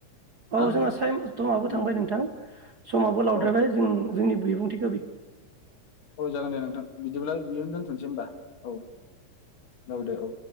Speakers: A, on the right; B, on the left.
A: औ
B: आं
A: जोंहा साइम समाबो
B: उम,
A: थांबाय नोंथां समाबो लावद्रायबाय
B: औ
A: जों जोंनि बिबुंथि
B: औ जागोन दे नोंथां बिदिब्लाय बेयावनो दोनथ'नोसै होनबा औ औ दे ओ।